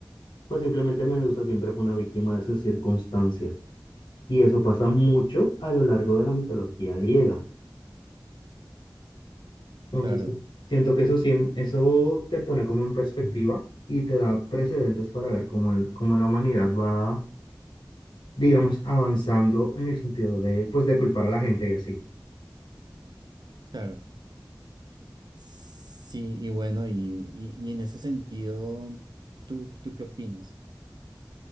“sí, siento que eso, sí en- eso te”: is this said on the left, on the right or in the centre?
Left